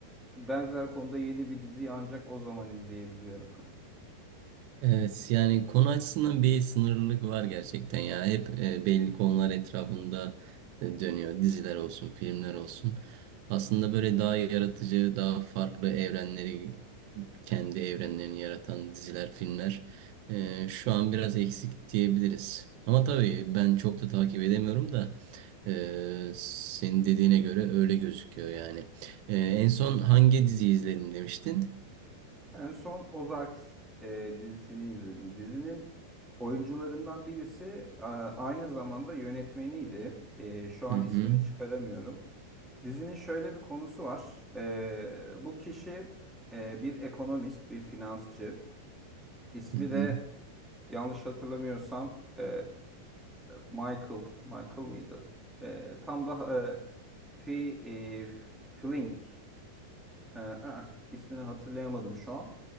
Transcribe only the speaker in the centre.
benzer konuda yeni bir diziyi ancak o zaman izleyebiliyorum.
En son Ozarks e, dizisini izledim. Dizinin oyuncularından birisi a- aynı zamanda yönetmeniydi. E, şu an
ismini çıkaramıyorum. Dizinin şöyle bir konusu var. E, bu kişi e, bir ekonomist, bir finansçı. İsmi
de yanlış hatırlamıyorsam e, Michael. Michael mıydı? E, tam da e, Fi, e, Flink. E, ı, ismini hatırlayamadım şu an.